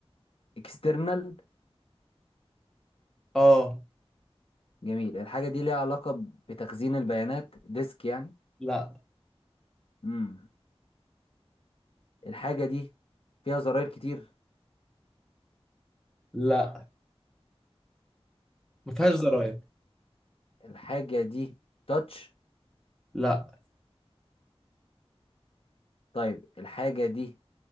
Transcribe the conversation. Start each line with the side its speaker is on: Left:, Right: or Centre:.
Left: اكسترنال
Centre: اه
Left: جميل الحاجة دي ليها علاقة بتخزين البيانات ديسك يعني
Centre: لا
Left: مم. الحاجة دي فيها زراير كتير
Centre: لا ما فيهاش
Left: طيب
Centre: زراير
Left: الحاجة دي تاتش
Centre: لا
Left: طيب الحاجة دي